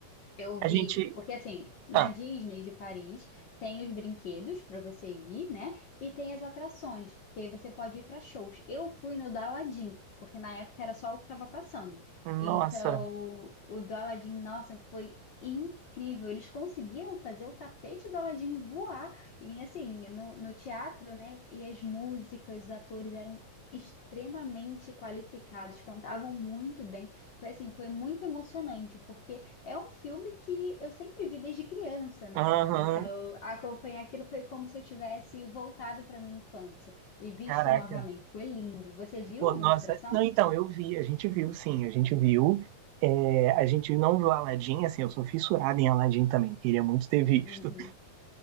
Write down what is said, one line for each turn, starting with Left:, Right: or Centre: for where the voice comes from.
Left: Eu
Right: A
Left: vi,
Right: gente.
Left: porque assim, na
Right: Ah,
Left: Disney de Paris tem os brinquedos para você ir, né? E tem as atrações, que aí você pode ir para shows. Eu fui no do Aladdin, porque na época era só o que estava passando.
Right: nossa.
Left: Então, o do Aladdin, nossa, foi incrível. Eles conseguiram fazer o tapete do Aladdin voar. E assim, no, no teatro, né? E as músicas, os atores eram extremamente qualificados, cantavam muito bem. Foi assim, foi muito emocionante, porque é um filme que eu sempre vi desde criança, né?
Right: Aham,
Left: Então, acompanhar aquilo foi como se eu tivesse voltado para minha infância e visto
Right: caraca.
Left: novamente. Foi lindo. Você viu
Right: Pô,
Left: alguma
Right: nossa.
Left: atração?
Right: Não, então, eu vi, a gente viu, sim, a gente viu. É, a gente não viu Aladdin, assim, eu sou fissurado em Aladdin também, queria muito ter visto.
Left: Uhum.